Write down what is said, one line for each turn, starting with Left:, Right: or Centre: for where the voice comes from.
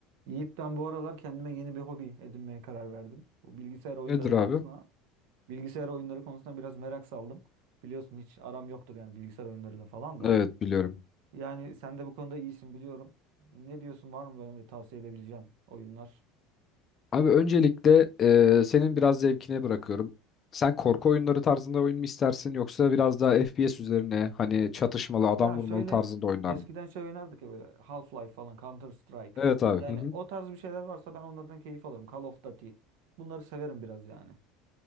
Right: Yiğit ben bu aralar kendime yeni bir hobi edinmeye karar verdim. Bu bilgisayar oyunları
Left: Nedir abi?
Right: konusuna, bilgisayar oyunları konusuna biraz merak saldım. Biliyorsun hiç aram yoktur yani bilgisayar oyunlarıyla falan da.
Left: Evet biliyorum.
Right: Yani sen de bu konuda iyisin biliyorum. Ne diyorsun var mı bana bir tavsiye edebileceğin oyunlar?
Left: Abi öncelikle e, senin biraz zevkine bırakıyorum. Sen korku oyunları tarzında oyun mu istersin yoksa biraz daha FPS üzerine hani çatışmalı adam
Right: Ya
Left: vurmalı
Right: şöyle
Left: tarzında oyunlar
Right: eskiden
Left: mı?
Right: şey oynardık ya böyle Half-Life falan Counter Strike.
Left: Evet abi.
Right: Yani
Left: Hı hı.
Right: o tarz bir şeyler varsa ben onlardan keyif alırım. Call of Duty. Bunları severim biraz yani.